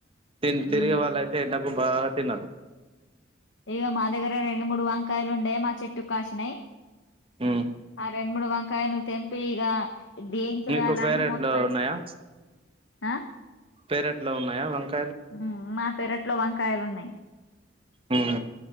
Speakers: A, on the right; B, on the left.
A: తిన్ తిరిగే
B: ఉమ్
A: వాళ్ళు అయితే ద భాగా తినరు
B: ఇగ మా దగ్గర రెండు మూడు వంకాయలు ఉండే మా చెట్టు కాసినాయ్
A: ఉమ్
B: రెండ్మూడు వంకాయను తెంపి ఇగ ఇది ఏం చెయాలని
A: మీకు పేరెట్లో
B: మొత్తం
A: ఉన్నాయా
B: ఆ
A: పేరెట్లో ఉన్నాయా వంక
B: ఉమ్ మా పెరట్లో వంకాయలున్నాయ్.
A: ఉమ్